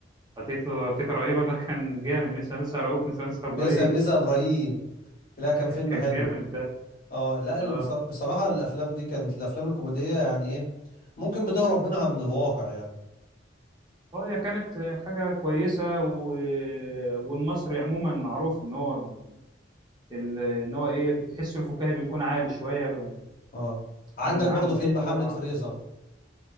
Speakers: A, on the right; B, on the left.
A: تيتا تيتا رهيبه ده كان جامد مش لسه رؤوف مش لسه ابراهيم
B: ميسا ميسا ابراهيم لا كان فيلم
A: كان
B: حلو
A: جامد ده
B: اه لا ال-
A: اه
B: بص- بصراحة الافلام دي كانت الافلام الكوميدية يعني ايه ممكن بتهرب منها من الواقع يعني
A: اه هي كانت حاجه كويسه و... والمصري عموما معروف ان هو ال- ان هو ايه تحسه الفكاهي بيكون عالي شويه
B: اه عندك
A: عن عن
B: برضو
A: باقي
B: فيلم
A: الدول
B: حملة
A: العربيه
B: فريزر